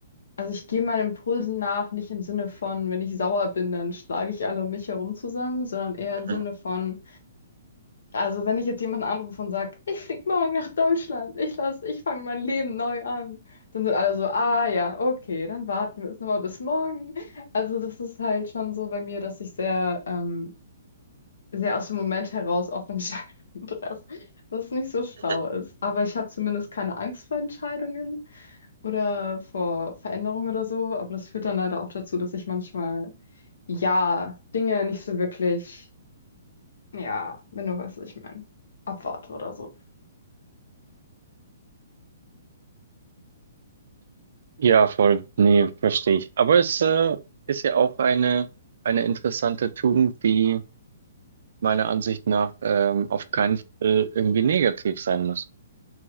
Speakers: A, on the left (about 75°); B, on the right (about 65°).
A: also ich gehe meinen Impulsen nach, nicht im Sinne von, wenn ich sauer bin, dann schlage ich alle um mich herum zusammen, sondern eher im
B: Mhm.
A: Sinne von, Also wenn ich jetzt jemanden anrufe und sage, ich flieg morgen nach Deutschland, ich lass, ich fange mein Leben neu an, dann sind alle so, ah ja, okay, dann warten wir jetzt nochmal bis morgen. Also das ist halt schon so bei mir, dass ich sehr, ähm, sehr aus dem Moment heraus auf Entscheidungen <laughs> treffe, was nicht so schlau
B: mhm.
A: ist. Aber ich habe zumindest keine Angst vor Entscheidungen oder vor Veränderungen oder so. Aber das führt dann leider auch dazu, dass ich manchmal, ja, Dinge nicht so wirklich, ja, wenn du weißt, was ich meine, abwarte oder so.
B: Ja, voll. Nee, verstehe ich. Aber es äh, ist ja auch eine, eine interessante Tugend, die meiner Ansicht nach ähm, auf keinen Fall irgendwie negativ sein muss.